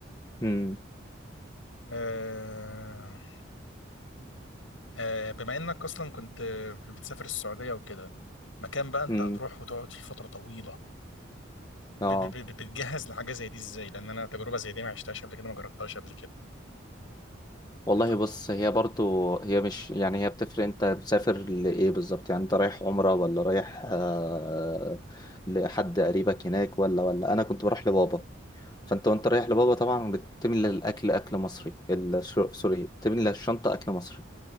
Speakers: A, on the left; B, on the left.
A: مم.
B: أه آه، بما انك اصلا كنت آه، بتسافر السعودية وكده مكان بقى انت
A: مم.
B: هتروح وتقعد فيه فترة طويلة
A: آه
B: ب- ب- ب- بتجهز لحاجة زي دي ازاي لان انا تجربة زي دي ما عشتهاش قبل كده ما جربتهاش قبل كده
A: والله
B: انت
A: بص هي برضو هي مش يعني هي بتفرق انت مسافر لإيه بالظبط يعني انت رايح عمرة ولا رايح آه لحد قريبك هناك ولا ولا انا كنت بروح لبابا فانت وانت رايح لبابا طبعا بتملى الاكل اكل مصري ال- سو- سوري بتملى الشنطة اكل مصري